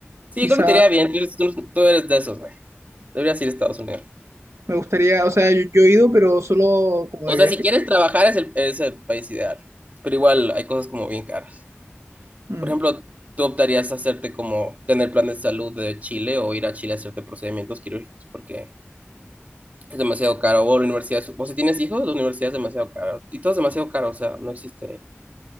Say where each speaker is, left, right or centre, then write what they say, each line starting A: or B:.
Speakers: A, on the right; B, on the right.
A: Sí,
B: quizás
A: creo que te iría bien, tú, eres- tú- tú eres de esos, güey. Deberías ir a Estados Unidos.
B: Me gustaría, o sea, yo, yo he ido, pero solo como
A: O
B: de
A: sea,
B: viaje.
A: si quieres trabajar es el, es el país ideal, pero igual hay cosas como bien caras.
B: Mm,
A: Por ejemplo, ¿tú optarías hacerte como tener plan de salud de Chile o ir a Chile a hacerte procedimientos quirúrgicos porque es demasiado caro? O la universidad, es- o si tienes hijos, la universidad es demasiado cara. Y todo es demasiado caro, o sea, no existe,